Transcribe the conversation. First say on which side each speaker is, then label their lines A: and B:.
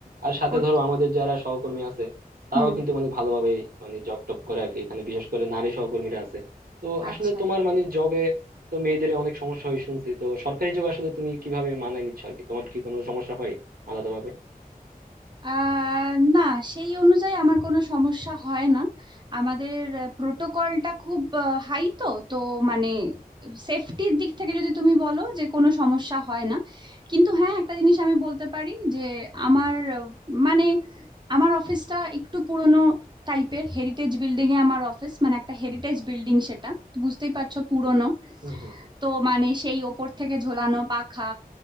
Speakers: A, on the right; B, on the right.
A: আর সাথে
B: ওর
A: ধরো আমাদের যারা সহকর্মী আছে তারাও
B: হুম
A: কিন্তু মানে ভালোভাবে মানে জব টপ করে আর কি এখানে বিশেষ করে নারী সহকর্মীরা আছে তো
B: আচ্ছা
A: আসলে তোমার মানে জবে তো মেয়েদের অনেক সমস্যা হয় শুনছি তো সরকারি জবে আসলে তুমি কিভাবে মানায় নিচ্ছ আর কি তোমার কি কোনো সমস্যা হয় আলাদাভাবে
B: আহ না সেই অনুযায়ী আমার কোনো সমস্যা হয় না আমাদের প্রোটোকলটা খুব হাই তো তো মানে সেফটির দিক থেকে যদি তুমি বলো যে কোনো সমস্যা হয় না কিন্তু হ্যাঁ একটা জিনিস আমি বলতে পারি যে আমার আহ, মানে আমার অফিসটা একটু পুরনো টাইপের হেরিটেজ বিল্ডিং এ আমার অফিস মানে একটা হেরিটেজ বিল্ডিং সেটা তো বুঝতেই পারছো পুরনো
A: হম হম হম
B: তো মানে সেই ওপর থেকে ঝোলানো পাখা